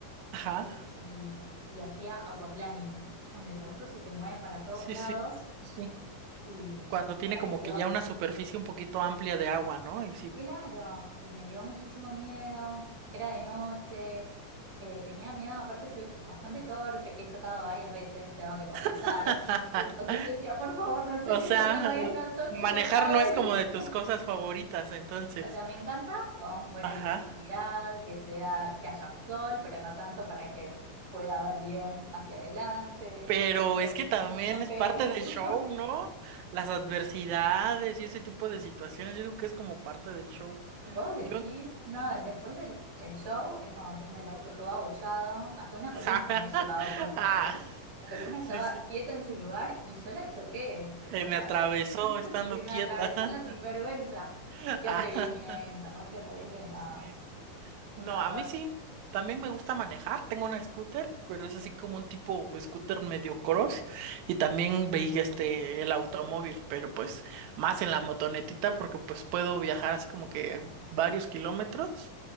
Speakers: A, on the right; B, on the right.
A: Ajá.
B: y, y- y hacía aquaplaning, ¿viste? Cuando el auto se te mueve para todos
A: Sí,
B: lados
A: sí, sí. sí.
B: y,
A: Cuando
B: y
A: tiene
B: me pareció,
A: como que ya una superficie un poquito amplia de agua, ¿no? Y sí.
B: claro, y me dio muchísimo miedo, era de noche, eh, tenía miedo, aparte soy bastante torpe, he chocado varias veces, tengo que confesar,
A: <laughs>
B: entonces yo decía, por favor, no choques
A: O sea,
B: otra vez,
A: eh,
B: no choques
A: manejar
B: otra vez.
A: no es como de tus
B: <laughs>
A: cosas favoritas, entonces.
B: O sea, me encanta con buena
A: Ajá.
B: visibilidad, que sea, que haya sol, pero no tanto para que pueda ver bien hacia adelante.
A: Pero
B: Oh,
A: es que también
B: Tengo muchos
A: es
B: pero.
A: parte del
B: <laughs>
A: show, ¿no? Las adversidades y ese tipo de situaciones, yo digo que es como parte del show.
B: Vos decís,
A: Yo...
B: no,
A: sí,
B: después
A: yo-
B: el, el show es cuando tengo el auto todo abollado, hasta una
A: <laughs>
B: columna me he llevado puesta,
A: Ah,
B: ¿entendés? La columna estaba
A: sí, sí.
B: quieta en su lugar y yo la choqué. Eh,
A: Se
B: O sea,
A: me atravesó
B: <laughs>
A: estando
B: se me
A: quieta.
B: atravesó la sinvergüenza.
A: <laughs>
B: Qué atrevimiento, ¿vos te parece? No,
A: Sí, sí.
B: un
A: No,
B: horror.
A: a mí sí, también me gusta manejar. Tengo una scooter, pero es así como un tipo scooter medio cross. Y también veía este, el automóvil, pero pues más en la motonetita porque pues puedo viajar así como que varios kilómetros.